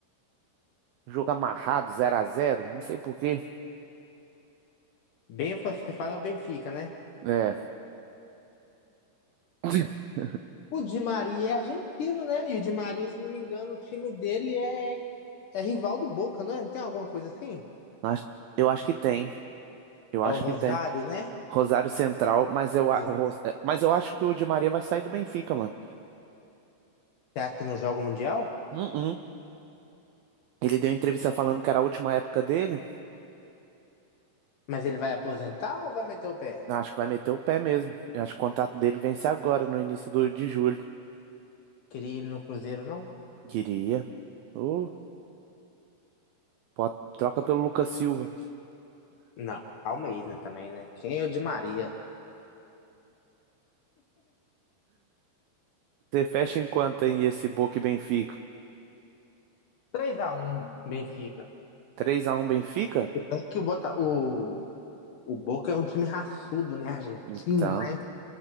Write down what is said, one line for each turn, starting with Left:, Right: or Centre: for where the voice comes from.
Right: Jogo amarrado, zero a zero. Não sei por quê.
Left: Bem, você fala é o Benfica, né?
Right: É. <laughs>
Left: O Di Maria é argentino, né? E o Di Maria, se não me engano, o time dele é, é rival do Boca, não é? Não tem alguma coisa assim?
Right: Acho- Eu acho que tem. Eu
Left: É
Right: acho
Left: o Rosário,
Right: que tem.
Left: né?
Right: Rosário Central, mas eu, a-
Left: E Você
Right: o Ros- eh, mas eu acho que o Di Maria vai sair do Benfica, mano.
Left: acha que não joga o Mundial?
Right: Hum, hum. Ele deu entrevista falando que era a última época dele.
Left: Mas ele vai aposentar ou vai meter o pé?
Right: Eu Acho que vai meter o pé mesmo. Eu acho que o contrato dele vence agora, no início do, de julho.
Left: Queria ele no Cruzeiro, não?
Right: Queria. Ô, pode- troca pelo Lucas Silva.
Left: Não, calma aí, né, também, né? Quem é o Di Maria?
Right: Você fecha em quanto, hein, esse Boca e Benfica?
Left: Três a um. Benfica.
Right: Três a um Benfica?
Left: É que o, Bota... o... o Boca é um time raçudo, né? Argentino,
Right: Então,
Left: né?